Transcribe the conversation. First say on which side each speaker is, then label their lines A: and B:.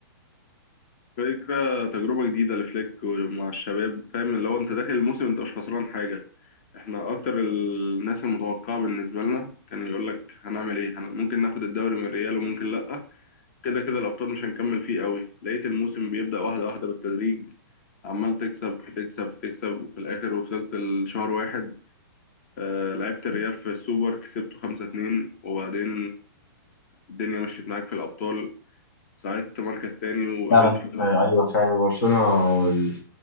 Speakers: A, on the left; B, on the left.
A: فكرة تجربة جديدة لفليك ومع الشباب فاهم اللي هو أنت داخل الموسم أنت مش خسران حاجة إحنا أكتر الناس المتوقعة بالنسبة لنا كان يقول لك هنعمل إيه هن... ممكن ناخد الدوري من ريال وممكن لأ كده كده الأبطال مش هنكمل فيه قوي لقيت الموسم بيبدأ واحدة واحدة بالتدريج عمال تكسب تكسب تكسب وفي الآخر وصلت لشهر واحد آه، لعبت الريال في السوبر كسبته خمسة اتنين وبعدين الدنيا مشيت معاك في الأبطال ساعدت مركز تاني وقابلت
B: لا بس
A: حلول
B: آه، ايوه فعلا برشلونه ال-